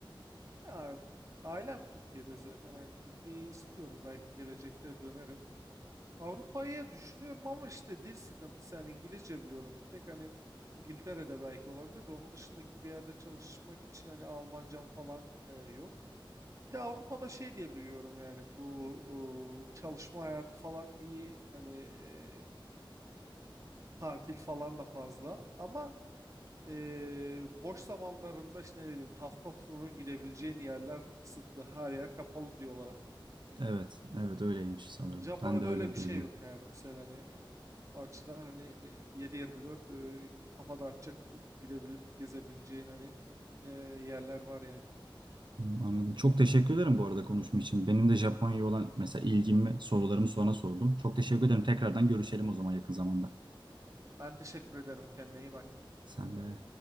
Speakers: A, on the right; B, on the right.
A: Ya, ailem Türkiye'de zaten hani Türkiye'yi istiyorum. Belki gelecekte dönerim. Avrupa'yı düşünüyorum ama işte dil sıkıntısı yani İngilizce biliyorum. Bir tek hani İngiltere'de belki olabilir de onun dışındaki bir yerde çalışmak için hani Almancam falan e, yok. Bir de Avrupa'da şey diye duyuyorum yani bu e, çalışma hayatı falan iyi hani e, tatil falan da fazla ama e, boş zamanlarında işte ne bileyim hafta sonu gidebileceğin yerler kısıtlı her yer kapalı diyorlar.
B: Evet, evet öyleymiş sanırım.
A: Japonya'da
B: Ben de öyle
A: öyle
B: duydum.
A: bir şey yok yani. Mesela hani e, o açıdan hani 7-24 e, kafada açacak e, gidebilip gezebileceğin hani e, yerler var yani.
B: Hmm, Anladım. Çok teşekkür ederim bu arada konuşma için. Benim de Japonya'ya olan mesela ilgimi, sorularımı sonra sordum. Çok teşekkür ederim. Tekrardan görüşelim o zaman yakın zamanda.
A: Ben teşekkür ederim. Kendine iyi bak.
B: Sen de